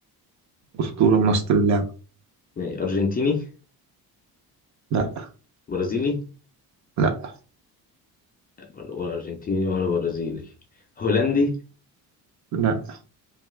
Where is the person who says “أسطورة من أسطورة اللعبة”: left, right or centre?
Right